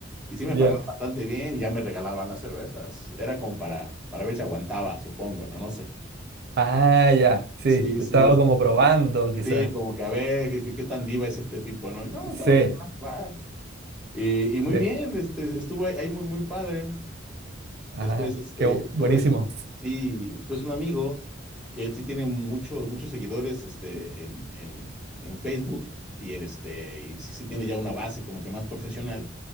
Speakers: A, in the centre; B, on the right.
A: Y sí me
B: ya.
A: pagaban bastante bien y ya me regalaban las cervezas. Era como para, para ver si aguantaba, supongo, ¿no? No sé.
B: Ah, ya, sí,
A: Sí,
B: te
A: sí,
B: estaba
A: esto.
B: como probando, quizás.
A: Sí, como que a ver, ¿qué, qué- qué tan diva es este tipo, ¿no? Y no, o sea,
B: Sí,
A: ok, va. va. Y, y muy
B: sí,
A: bien, este, estuvo ahí, ahí muy, muy padre.
B: ajá,
A: Después, este,
B: qué bu- buenísimo.
A: tuve, sí, después un amigo que él sí tiene muchos, muchos seguidores, este, en, en, en Facebook y en este, y sí, sí tiene ya una base como que más profesional.